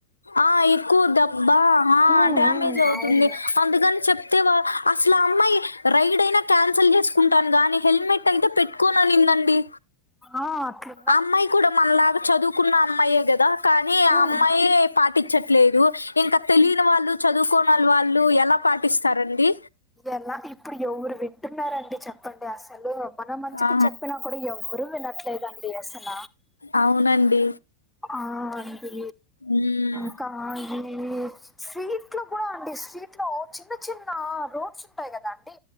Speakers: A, on the left; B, in the centre.
A: ఆ ఎక్కువ డబ్బా అ
B: ఉమ్,
A: డ్యామేజ్ అవుతుంది
B: అవును
A: అందుకని చెప్తేవా అసలు అమ్మాయి రైడ్ అయినా క్యాన్సల్ చేసుకు తం గని హెల్మెట్ అయితే పెట్టుకోననిందండి
B: అ అట్ల
A: అమ్మాయి కూడా మనలాగా చదువుకున్న అమ్మాయే కదా కానీ ఆ
B: ఉమ్,
A: అమ్మాయి పాటించట్లేదు ఇంకా తెలియని వాళ్ళు చదువుకోనళ్ళ వాళ్ళు ఎలా పాటిస్తారండి
B: ఎలా ఇప్పుడు ఎవరు వింటున్నారండి చెప్పండి అసలు మన మంచికు
A: ఆ
B: చెప్పినా కూడా ఎవ్వరు వినట్లేదండి అసల
A: అవునండి
B: అ అండి
A: ఉమ్
B: ఇంక అండి సీట్లో కూడా అండి స్ట్రీట్ లో చిన్న చిన్న రోడ్స్ ఉంటాయి కదా అండి